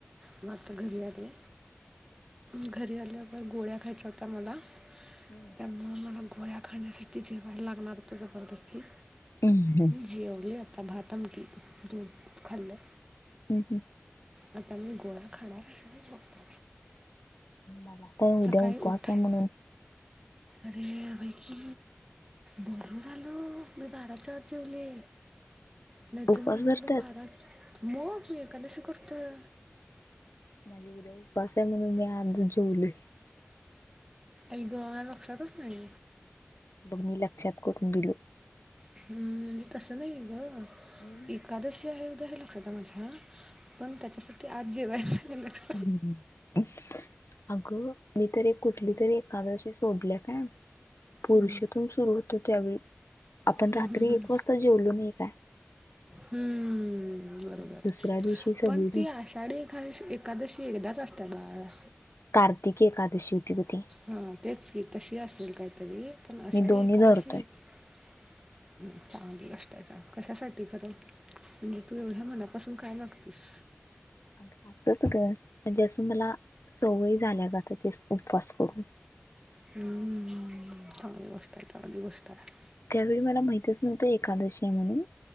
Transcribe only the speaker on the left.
<unintelligible>
हम्म
ह ह..
मन आता उद्या
उपवास
आहे म्हणून
उपवास
धरत्यास?
माझे उद्या उपास आहे म्हणून मी आज जेवलोय.
बग मी लक्षात करून दिलो.
<inaudible>
हम अगं मी तर कुठली तर एकादशी सोडले काय पुरुषातून
सुरू होतो त्यावेळी आपण
रात्री
एक वाजता जेवलो नाय काय
मग दुसऱ्या दिवशी सगळी
कार्तिकी एका जशी होती मोठी
मी दोन्ही
धरतोय
असंच
आग आत्ताच ग म्हणजे असं मला सवयी झाल्या ते उपवास करून
त्यावेळी मला माहितच नव्हतं एखकादशी म्हणून